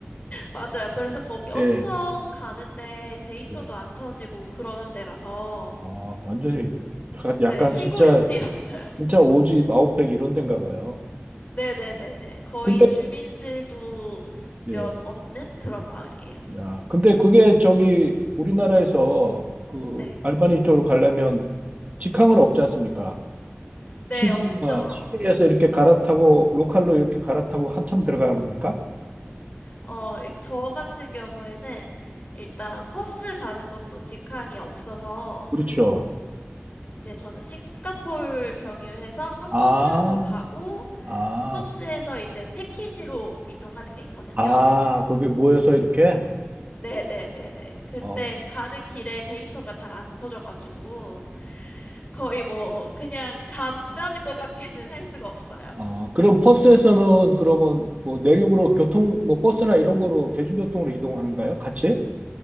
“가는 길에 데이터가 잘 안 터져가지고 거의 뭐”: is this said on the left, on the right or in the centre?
Left